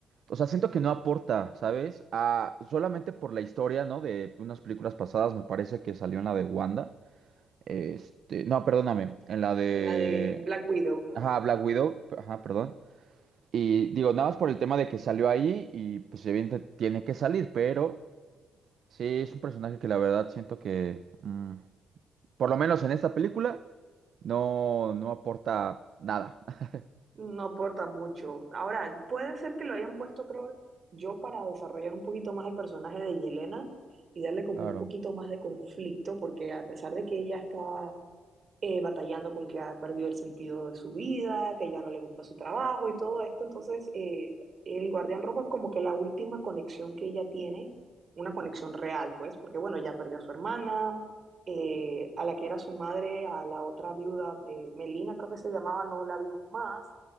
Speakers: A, on the right; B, on the right.
A: o sea, siento que no aporta, ¿sabes? A, solamente por la historia, ¿no? De unas películas pasadas, me parece que salió en la de Wanda. Este, no, perdóname, en la de...
B: en la de Black Widow, creo.
A: Ajá, Black Widow, ajá, perdón. Y digo, nada más por el tema de que salió ahí y pues evidentemente tiene que salir, pero sí es un personaje que la verdad siento que, mm, por lo menos en esta película, no, no aporta nada. <laughs>
B: No aporta mucho. Ahora, puede ser que lo hayan puesto, creo yo, para desarrollar un poquito más el personaje de Yelena y darle como
A: Claro.
B: un poquito más de conflicto, porque a pesar de que ella está eh, batallando con que ha perdido el sentido de su vida, que ya no le gusta su trabajo y todo esto. Entonces, eh, el guardián rojo es como que la última conexión que ella tiene, una conexión real, pues, porque bueno, ya perdió a su hermana, eh, a la que era su madre, a la otra viuda, eh, Melina creo que se llamaba, no la vimos más.